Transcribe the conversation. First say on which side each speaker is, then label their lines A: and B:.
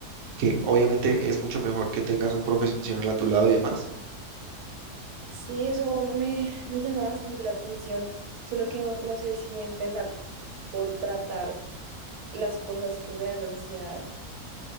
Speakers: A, on the right; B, on the right.
A: que obviamente es mucho mejor que tengas un profesional a tu lado y demás.
B: sí, eso me, me llama bastante la atención, solo que no, no sé si empezar por tratar las cosas que me dan ansiedad